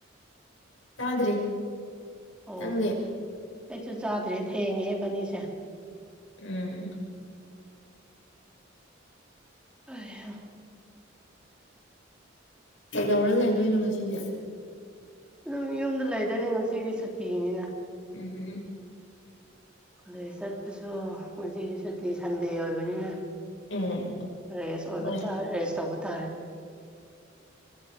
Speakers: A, on the left (about 70°); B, in the centre.
A: ꯆꯥꯗ꯭ꯔꯤ
B: ꯑꯣ
A: ꯅꯡꯗꯤ
B: ꯑꯩꯁꯨ ꯆꯥꯗ꯭ꯔꯤ ꯊꯦꯡꯉꯦ ꯏꯕꯥꯅꯤꯁꯦ
A: ꯎꯝ
B: ꯍꯩ ꯍꯥ
A: ꯀꯩꯗꯧꯔ ꯂꯩꯗꯣꯏꯅꯣ ꯉꯁꯤꯅ
B: ꯑꯗꯨꯝ ꯌꯨꯝꯗ ꯂꯩꯗꯣꯏꯅꯤ ꯉꯁꯤꯗꯤ ꯁꯨꯇꯤꯅꯤꯅ
A: ꯎꯝ
B: ꯀꯣꯂꯦꯖ ꯆꯠꯄꯁꯨ ꯉꯁꯤꯗꯤ ꯁꯨꯇꯤ ꯉꯁꯤꯗꯤ ꯁꯟꯗꯦ ꯑꯣꯏꯕꯅꯤꯅ
A: ꯎꯝ
B: ꯔꯦꯁ ꯑꯣꯏꯕ
A: ꯍꯣꯏ
B: ꯔꯦꯁ ꯇꯧꯕ ꯐꯔꯦ